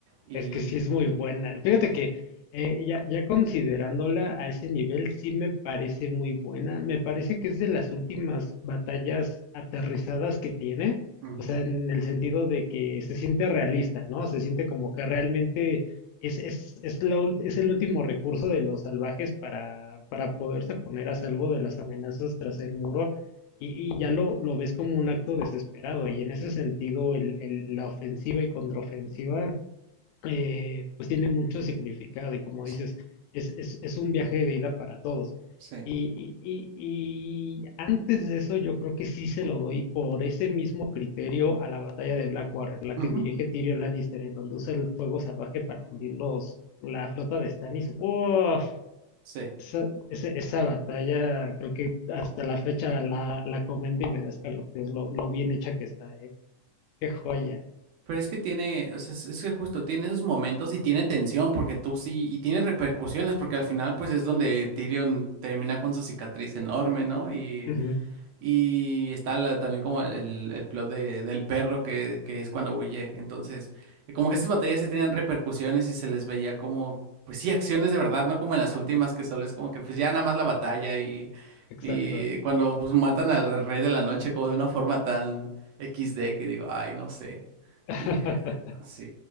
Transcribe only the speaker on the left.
Es que sí es muy buena. Fíjate
que eh, ya, ya considerándola a ese nivel, sí me parece muy buena. Me parece que es de las últimas batallas aterrizadas que tiene.
O sea, en el sentido de que se siente realista, ¿no? Se siente como que realmente es, es, es, la ult- es el último recurso de los salvajes para, para poderse poner a salvo de las amenazas tras el muro. Y, y ya lo, lo ves como un acto desesperado. Y en ese sentido, el, el- la ofensiva y contraofensiva eh, pues tiene mucho significado y como
dices, es, es, es un viaje de ida para todos.
Y, y- y- y antes de eso yo creo que sí se lo doy por ese mismo criterio a la batalla de Blackwater, la
que dirige Tyrion Lannister, en donde usa el fuego salvaje para hundir los, la flota de Stannis. ¡Uf!
Esa, ese- esa batalla creo que hasta la fecha la, la comento y me da escalofríos lo, lo bien hecha que está, ¿eh? ¡Qué joya!
Ujú,
Exacto.
<laughs>